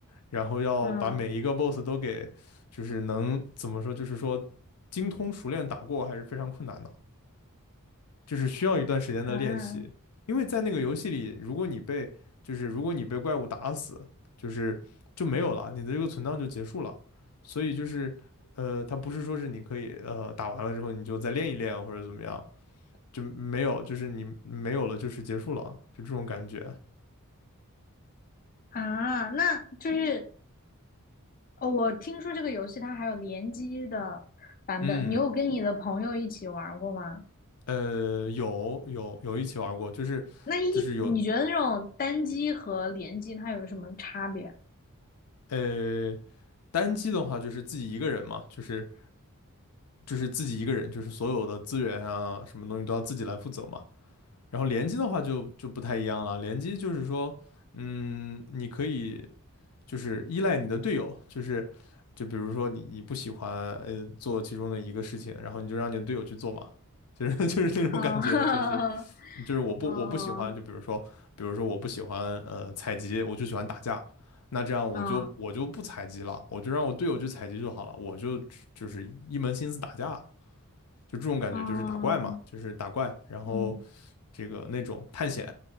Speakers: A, on the left; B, on the left.
A: 然后要把每一个
B: 嗯
A: boss 都给，就是能怎么说，就是说精通熟练打过还是非常困难的，就是需要一段时间的练习，
B: 啊
A: 因为在那个游戏里，如果你被就是如果你被怪物打死，就是就没有了，你的这个存档就结束了，所以就是。呃，它不是说是你可以呃打完了之后你就再练一练或者怎么样，就没有，就是你没有了，就是结束了，就这种感觉。
B: 啊，那就是哦，我听说这个游戏它还有联机的版本，
A: 嗯，
B: 你有跟你的朋友一起玩儿过吗？
A: 呃，有有有一起玩过，就是就是有
B: 那一你觉得那种单机和联机它有什么差别
A: 呃单机的话，就是自己一个人嘛，就是就是自己一个人，就是所有的资源啊，什么东西都要自己来负责嘛。然后联机的话就就不太一样了，联机就是说，嗯，你可以就是依赖你的队友，就是就比如说你你不喜欢呃做其中的一个事情，然后你就让你的队友去做嘛。就是 <laughs> 就是那种感觉，
B: 啊？
A: 就是就是我不我不喜欢，
B: 啊，
A: 就比如说，
B: <laughs>
A: 比如说我不喜欢呃采集，我就喜欢打架，那这样我就我就不采集了，
B: 啊，嗯
A: 我就让我队友去采集就好了，我就就是一门心思打架，就这种感觉，
B: 嗯
A: 就是打怪嘛，就是打怪，然后
B: 嗯，
A: 这个那种探险，